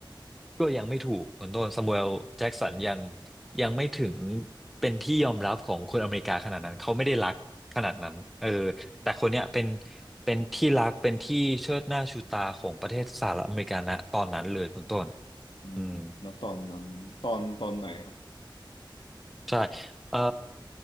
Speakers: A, in the centre; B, on the left.
A: ก็ยังไม่ถูกคุณต้นซามูเอลแจ็กสันยังยังไม่ถึงเป็นที่ยอมรับของคนอเมริกาขนาดนั้นเขาไม่ได้รักขนาดนั้นเออแต่คนเนี้ยเป็นเป็นที่รักเป็นที่เชิดหน้าชูตาของประเทศสหรัฐอเมริกาณตอนนั้นเลยคุณต้น
B: อืมณตอนนั้นตอนตอนไหนครับ
A: อืมใช่เอ่อ